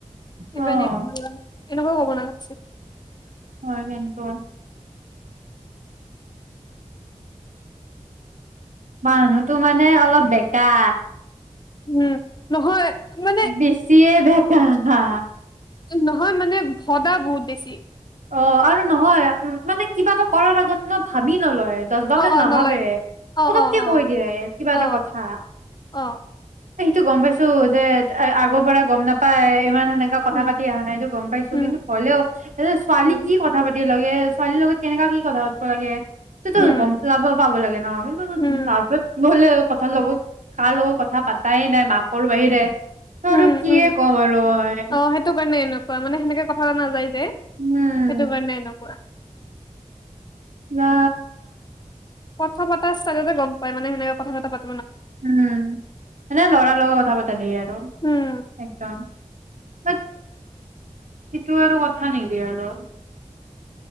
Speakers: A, on the right (about 75°); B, on the left (about 35°).
A: অ',
B: ইমানে সোধৰালো। এনেকোৱা কব নালাগছিল।
A: হয় কিন্তু আন, মানুহতো মানে অলপ বেগ, কোৱা,
B: উম', নহয় মানে
A: বেছিয়ে বেঁকা না,
B: <unintelligible> নহয় মানে ভদা বহুত বেছি।
A: অ ', আৰু নহয় উম, মানে কিবা এটা কৰাৰ আগত ন', ভাবি নলয়। দচ বাৰ
B: অ
A: মান
B: অ
A: নাভাবে
B: নলয় অ
A: পটককে
B: অ অ
A: কৈ দিয়ে কিবা এটা
B: অ
A: কথা।
B: অ
A: সেইটো গম পাইছো যে, আগৰ পৰা গম নাপাই ইমান, এনেকা কথা
B: উম
A: পাতি আহা নাই এইটো গম পাইছো
B: উম
A: কিন্তু হলেও এইচ, পালি
B: উম
A: কি কথা পাতিম, একেলগে ছোৱালীৰ লগত কেনেকা কি কথা পাতব লাগে। সেইটোতো
B: উম
A: লাভ পাব লাগে ন কিন্তু
B: উম
A: লাভ হলে কথাৰ লগত কাৰ লগত কথা পাতাই নাই মাকৰ বাহিৰে ত আৰু
B: উম
A: কিয়ে
B: উম
A: ক'ম আৰু মই
B: অ সেইটো কাৰণে এনেকুৱা মানে সেনেকে কথা নাযায় দে সেইটো
A: উম
B: কাৰণে এনেকুৱা
A: অ
B: কথা পাতা ষ্টাইলতে গম পায় মানে সেনেকে কথা পাতিলে
A: উম এনে লৰাৰ
B: উম
A: লগত কথা পাতা দেই আৰু
B: উম
A: একদম সেইটো আৰু কথা নেকি আৰু